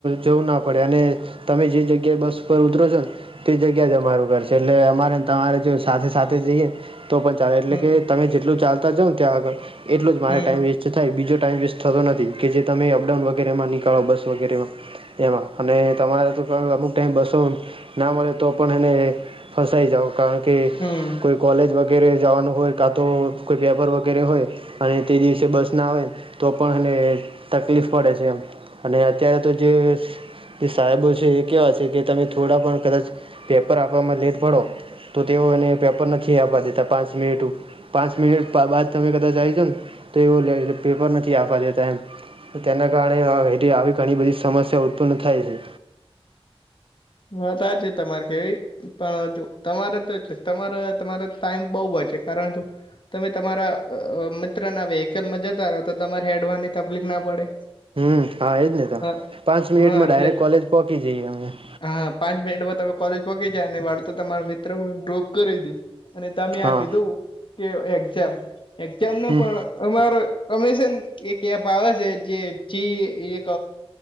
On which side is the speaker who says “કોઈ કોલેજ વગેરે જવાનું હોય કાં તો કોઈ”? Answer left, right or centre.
Right